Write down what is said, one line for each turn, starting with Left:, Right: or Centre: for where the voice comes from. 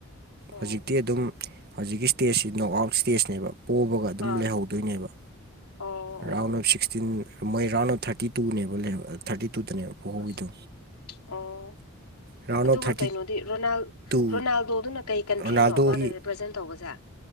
Left: ꯑꯣ
Right: ꯍꯧꯖꯤꯛꯇꯤ ꯑꯗꯨꯝ ꯍꯧꯖꯤꯛꯀꯤ ꯏꯁꯇꯦꯖꯁꯤ ꯅꯣꯛ ꯑꯥꯎꯠ ꯏꯁꯇꯦꯖꯅꯦꯕ ꯄꯣꯕꯒ ꯑꯗꯨꯝ
Left: ꯑꯥ
Right: ꯂꯩꯍꯧꯗꯣꯏꯅꯦꯕ
Left: ꯑꯣ
Right: ꯔꯥꯎꯟ
Left: ꯑꯣ
Right: ꯑꯣꯐ ꯁꯤꯛꯁꯇꯤꯟ ꯃꯣꯏ ꯔꯥꯎꯟ ꯑꯣꯐ ꯊꯥꯔꯇꯤ ꯇꯨꯅꯦꯕ ꯂꯩꯍꯧ ꯊꯥꯔꯇꯤ ꯇꯨꯗꯅꯦꯕ ꯄꯣꯍꯧꯋꯤꯗꯣ
Left: ꯑꯁ ꯑꯣ
Right: ꯔꯥꯎꯟ
Left: ꯑꯗꯨꯒ
Right: ꯑꯣꯐ ꯊꯥꯔꯇꯤ
Left: ꯀꯩꯅꯣ ꯗꯤ ꯔꯣꯅꯥꯜ
Right: ꯇꯨ
Left: ꯔꯣꯅꯥꯜꯗꯣꯗꯨꯅ ꯀꯩ ꯀꯟꯇ꯭ꯔꯤꯅꯣ
Right: ꯔꯣꯅꯥꯜꯗꯣꯒꯤ
Left: ꯃꯥꯅ ꯔꯤꯄ꯭ꯔꯖꯦꯟ ꯇꯧꯕꯁꯦ